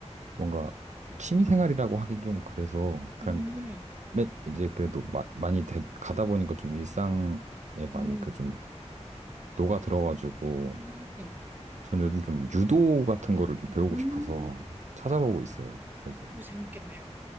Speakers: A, on the right; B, on the right.
A: 뭔가 취미 생활이라고 하긴 좀 그래서 그냥
B: 음,
A: 매, 이제 그래도 마, 많이 되, 가다 보니까 좀 일상에 많이
B: 음,
A: 그 좀 녹아 들어가지고
B: 음,
A: 전 요즘 좀 유도 같은 거를 좀 배우고
B: 음,
A: 싶어서 찾아보고 있어요. 그래서
B: 오, 재밌겠네요.